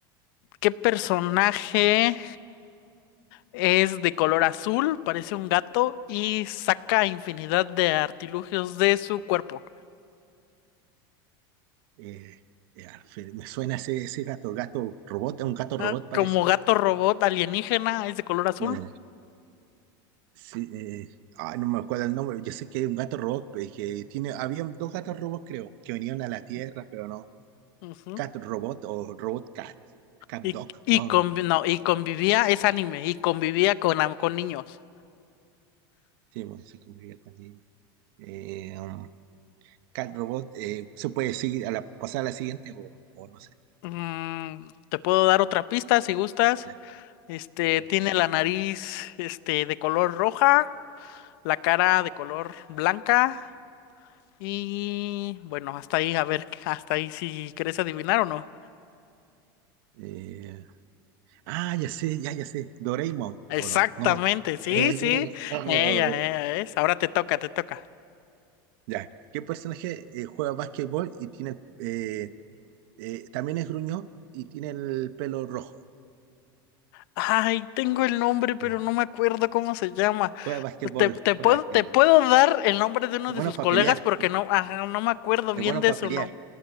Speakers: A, on the left; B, on the right.
A: ¿qué personaje? Es de color azul, parece un gato y saca infinidad de artilugios de su cuerpo.
B: Eh, eh, Alfred, me suena ese, ese gato, gato robot, un gato
A: Ah,
B: robot parece.
A: Como gato robot alienígena, es de color azul.
B: Eh, sí, eh, ay, no me acuerdo el nombre, yo sé que hay un gato robot, pues, que tiene, había dos gatos robots creo, que venían a la Tierra, pero no,
A: Ujú.
B: cat robot o robot cat, cat
A: Y,
B: dog,
A: y,
B: no,
A: convi-
B: no,
A: no, y convivía, es anime, y convivía con, am- con niños.
B: sí, bueno, se convivía con niños. Eh, um, cat robot, eh, ¿se puede seguir a la, pasar a la siguiente o, o no sé?
A: Mm, te puedo dar otra pista si gustas.
B: Ya,
A: Este,
B: bueno.
A: tiene la nariz, este, de color roja, la cara de color blanca y bueno, hasta ahí, a ver, hasta ahí si quieres adivinar o no.
B: Eh, ah, ya sé, ya, ya sé, Doraemon,
A: Exactamente,
B: o no, no.
A: sí,
B: Eh,
A: sí.
B: <laughs> oh,
A: Ella, ella es. Ahora te toca, te toca.
B: Ya. ¿Qué personaje eh, juega básquetbol y tiene el, eh, eh, también es gruñón y tiene el pelo rojo?
A: Ay, tengo el nombre, pero
B: <laughs>
A: no me acuerdo cómo se llama.
B: Juega básquetbol,
A: Te, te puedo,
B: juega básquetbol.
A: te puedo dar el nombre de uno
B: Es
A: de
B: bueno
A: sus
B: para
A: colegas
B: pelear,
A: porque
B: es,
A: no, ajá, no me acuerdo
B: es
A: bien
B: bueno
A: de
B: para
A: su
B: pelear.
A: nombre.